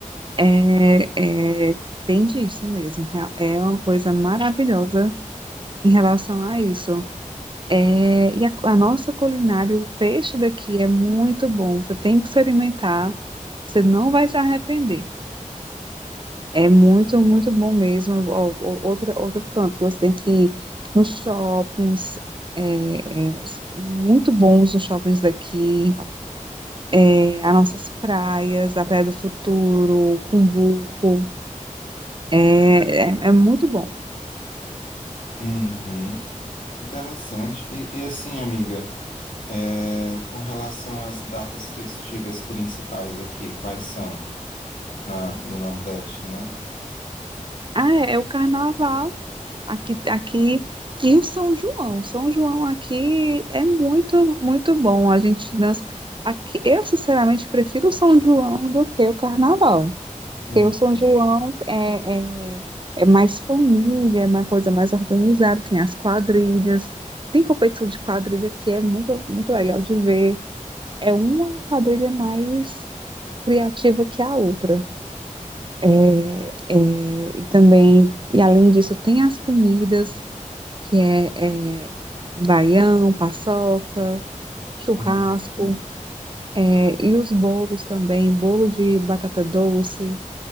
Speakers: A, on the right (about 35°); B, on the left (about 80°).
A: é, é, tem disso mesmo. Real- É uma coisa maravilhosa em relação a isso. É, e a, a nossa culinária, o peixe daqui é muito bom. Você tem que experimentar. Você não vai se arrepender. É muito, muito bom mesmo. Ó, ó, Outro, outro canto que você tem que ir nos shoppings. é, é, s- muito bons os shoppings daqui. É, as nossas praias, a Praia do Futuro, Cumbuco. É, é, é muito bom.
B: Uhum, interessante. E, e assim, amiga. É, com relação às datas festivas principais aqui, quais são na, no Nordeste, né?
A: Ah, é é o carnaval. Aqui, aqui e o São João. São João aqui é muito, muito bom. A gente dança. Aqui, eu, sinceramente, prefiro o São João do que o Carnaval.
B: Uhum.
A: Porque o São João é, é, é mais família, é uma coisa mais organizada. Tem as quadrilhas, tem competição de quadrilha que é muito, muito legal de ver. É uma quadrilha mais criativa que a outra. É, é, e também, e além disso, tem as comidas que é, é baião, paçoca, churrasco,
B: Uhum.
A: é, e os bolos também, bolo de batata doce,